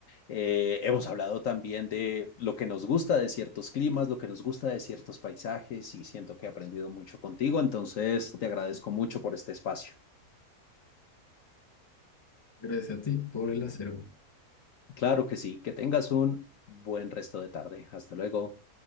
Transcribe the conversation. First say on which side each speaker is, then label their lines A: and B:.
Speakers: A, on the left; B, on the left.
A: Eh, hemos hablado también de lo que nos gusta de ciertos climas, lo que nos gusta de ciertos paisajes y siento que he aprendido mucho contigo, entonces te agradezco mucho por este espacio.
B: Gracias a ti por el acervo.
A: Claro que sí, que tengas un buen resto de tarde. Hasta luego.